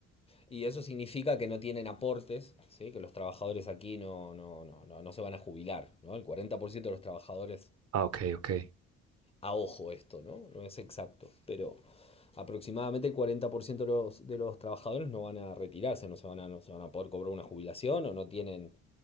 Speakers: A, on the left; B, on the right.
A: y eso significa que no tienen aportes, ¿sí? Que los trabajadores aquí no, no, no, no, no se van a jubilar, ¿no? El 40% de los trabajadores
B: Ah, ok, ok.
A: a ojo esto, ¿no? No es exacto, pero aproximadamente el 40% de los, de los trabajadores no van a retirarse, no se van a, no se van a poder cobrar una jubilación o no tienen